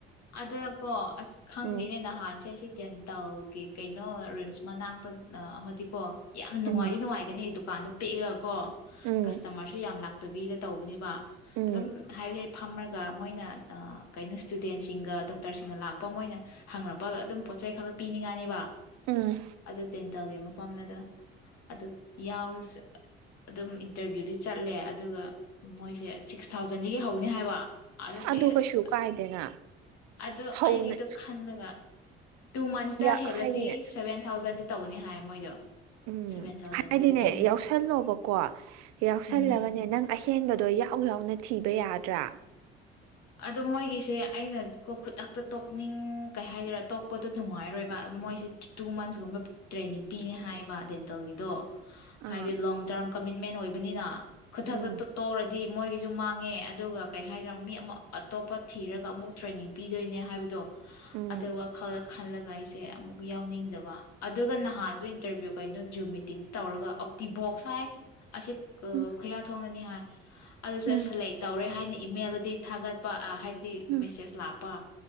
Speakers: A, on the left; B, on the right.
A: ꯑꯗꯨꯀꯣ ꯑꯁ ꯈꯪꯗꯦꯅꯦ
B: ꯎꯝ
A: ꯅꯍꯥꯟꯁꯦ ꯁꯤ ꯇꯦꯟꯇꯥꯜꯒꯤ ꯀꯩꯅꯣ ꯔꯤꯝꯁ ꯃꯅꯥꯛꯇ ꯑꯃꯗꯤꯀꯣ ꯌꯥꯝꯅ ꯅꯨꯡꯉꯥꯏꯔꯤ
B: ꯎꯝ
A: ꯅꯨꯡꯉꯥꯏꯒꯅꯤ ꯑꯗꯨꯗ ꯀꯥꯟꯗ ꯄꯦꯛꯑꯒ ꯀꯣ
B: ꯎꯝ
A: ꯀꯁꯇꯃꯔꯁꯨ ꯌꯥꯝ ꯂꯥꯛ ꯕꯤꯗ ꯇꯧꯕꯅꯦꯕ
B: ꯎꯝ
A: ꯑꯗꯨꯝ ꯍꯥꯏ ꯐꯝꯃꯒ ꯃꯣꯏꯅ ꯀꯩꯅꯣ ꯁꯇꯨ ꯏꯁꯨꯗꯦꯟꯁꯤꯡꯒ ꯗꯣꯛꯇꯔꯁꯤꯡꯒ ꯂꯥꯛꯄ ꯃꯣꯏꯅ ꯍꯪꯂꯉꯛꯄꯒ ꯑꯗꯨꯝ ꯄꯣꯠ ꯆꯩ ꯈꯛꯇ ꯄꯤꯅꯤꯡꯉꯥꯏꯅꯤꯕ
B: ꯎꯝ
A: ꯑꯗꯗꯦꯟꯑꯦ ꯃ ꯃꯐꯝꯅꯗ ꯑꯗꯨ ꯌꯥꯎꯁ ꯑꯗꯨꯝ ꯏꯟꯇꯔꯚ꯭ꯌꯨꯗꯤ ꯆꯠꯂꯦ ꯑꯗꯨꯒ ꯃꯣꯏꯁꯦ ꯁꯤꯛꯁ ꯊꯥꯎꯖꯟꯗꯒꯤ ꯍꯧꯅꯤ ꯍꯥꯏꯕ ꯑꯗꯨꯗꯤ
B: ꯑꯗꯨꯗ
A: ꯑꯁ
B: ꯀꯁꯨ ꯀꯥꯏꯗꯦꯅ
A: ꯑꯗꯨ
B: ꯍꯧꯅ
A: ꯑꯩꯒꯤꯗꯣ ꯈꯟꯂꯒ ꯇꯨ ꯃꯟꯁ
B: ꯌꯥ
A: ꯗ ꯍꯂꯗꯤ
B: ꯍꯥꯏꯗꯤꯅꯦ
A: ꯁꯦꯕꯦꯟ ꯊꯥꯎꯖꯟ ꯇꯧꯅꯤ ꯍꯥꯏ ꯃꯣꯏꯗꯣ
B: ꯎꯝ
A: ꯁꯚꯦꯟ ꯊꯥꯎꯖꯟꯗꯤ
B: ꯍꯥꯏꯗꯤꯅꯦ
A: ꯄꯤꯅꯤ
B: ꯌꯥꯎꯁꯜꯂꯣꯕꯀꯣ
A: ꯍꯥꯏ
B: ꯌꯥꯎꯁꯜꯂꯒꯅꯦ
A: ꯎꯝ
B: ꯅꯪ ꯆꯦꯟꯕꯗꯣ ꯌꯥꯎ ꯌꯥꯎꯅ ꯊꯤꯕ ꯌꯥꯗ꯭ꯔꯥ
A: ꯑꯣ ꯃꯣꯏꯒꯤꯁꯦ ꯑꯩꯅ ꯀꯣ ꯈꯨꯗꯛꯇ ꯇꯣꯛꯅꯤꯡ ꯀꯩ ꯍꯥꯏꯗꯔꯥ ꯇꯣꯛꯄꯗꯣ ꯅꯨꯡꯉꯥꯏꯔꯣꯏꯕ ꯃꯣꯏꯁꯦ ꯇꯨ ꯃꯟꯁꯀꯨꯝꯕ ꯇ꯭ꯔꯦꯅꯤꯡ ꯄꯤꯅꯤ ꯍꯥꯏꯕ ꯗꯦꯟꯇꯜꯒꯤꯗꯣ ꯍꯥꯏꯋꯦ
B: ꯑꯥ
A: ꯂꯣꯡ ꯇꯔꯝ ꯀꯃꯤꯠꯃꯦꯟ ꯑꯣꯏꯕꯅꯤꯅ ꯈꯨꯊꯛꯇ
B: ꯎꯝ
A: ꯇꯣꯛꯔꯗꯤ ꯃꯣꯏꯒꯤꯁꯨ ꯃꯥꯡꯉꯦ ꯑꯗꯨꯒ ꯀꯩ ꯍꯥꯏꯗꯔ ꯃꯤ ꯑꯃ ꯑꯇꯣꯞꯄ ꯊꯤꯔꯒ ꯑꯃꯨꯛ ꯇ꯭ꯔꯦꯅꯤꯡ ꯄꯤꯗꯣꯏꯅꯦ ꯍꯥꯏꯕꯗꯣ
B: ꯎꯝ
A: ꯑꯗ ꯋꯥ ꯋꯥ ꯈꯥꯎꯗ ꯈꯅ ꯂꯒꯥꯏ ꯁꯦ ꯑꯃꯨꯛ ꯌꯥꯎꯅꯤꯡꯗꯕ ꯑꯗꯨꯒ ꯅꯍꯥꯟꯁꯨ ꯏꯟꯇꯔꯚꯤꯌꯨ ꯀꯩꯅꯣ ꯖꯨꯨꯝ ꯃꯤꯇꯤꯡ ꯇꯧꯔꯒ ꯑꯣꯞꯇꯤꯕꯣꯛꯁ ꯍꯥꯏ ꯑꯁꯤ
B: ꯎꯝ
A: ꯈꯨꯌꯥ ꯊꯣꯡꯒꯅꯤ ꯍꯥꯏ <unintelligible> ꯑꯗꯨꯁꯨꯦ
B: ꯎꯝ
A: ꯁꯦꯂꯦꯛ ꯇꯧꯔꯦ ꯍꯥꯏꯅꯤ ꯃꯦꯜꯂꯗꯦ ꯊꯒꯠ ꯍꯥꯏ ꯇꯤ
B: ꯎꯝ
A: ꯃꯦꯁꯦꯖ ꯂꯥꯛꯄ